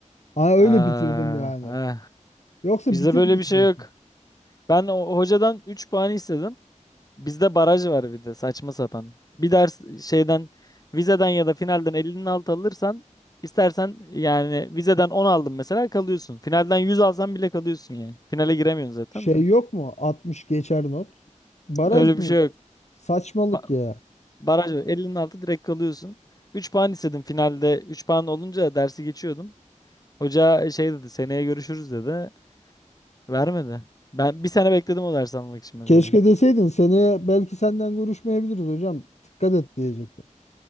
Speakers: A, on the left; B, on the left.
A: Aa,
B: <laughs>
A: öyle
B: Aa,
A: bitirdim yani.
B: eh.
A: Yoksa
B: Bizde
A: bitirmeyecektim.
B: böyle bir şey yok. Ben o hocadan 3 puan istedim. Bizde baraj var bir de saçma sapan. Bir ders şeyden vizeden ya da finalden 50'nin altı alırsan istersen yani vizeden 10 aldın mesela kalıyorsun. Finalden 100 alsan bile kalıyorsun yani. Finale giremiyorsun zaten
A: Şey
B: de.
A: yok mu? 60 geçer not. Baraj
B: Öyle
A: ne?
B: bir şey yok.
A: Saçmalık
B: Ba-
A: ya.
B: baraj var. 50'nin altı direkt kalıyorsun. 3 puan istedim finalde. 3 puan olunca dersi geçiyordum. Hoca şey dedi seneye görüşürüz dedi. Vermedi. Ben bir sene bekledim o dersi almak için mesela.
A: Keşke deseydin seneye belki senden görüşmeyebiliriz hocam. Dikkat et diyecektim.